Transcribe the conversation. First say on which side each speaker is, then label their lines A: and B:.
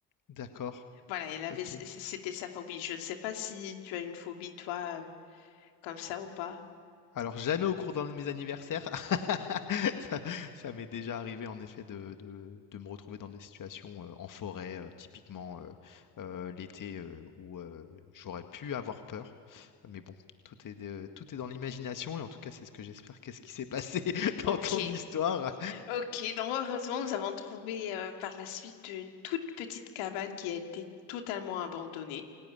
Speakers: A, on the left; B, on the left.
A: D'accord.
B: Voilà, elle avait,
A: OK.
B: c- c'était sa phobie. Je ne sais pas si tu as une phobie, toi, euh, comme ça ou pas.
A: Alors jamais au cours d'un de mes anniversaires. <laughs> Ça ça m'est déjà arrivé en effet de de de me retrouver dans des situations, heu, en forêt, heu, typiquement, heu heu, l'été, heu, où, heu, j'aurais pu avoir peur. Mais bon, tout est de tout est dans l'imagination et en tout cas, c'est ce que j'espère. Qu'est-ce qui s'est passé <laughs>
B: Ok,
A: dans ton histoire?
B: ok. Donc heureusement, nous avons trouvé euh, par la suite une toute petite cabane qui a été totalement abandonnée.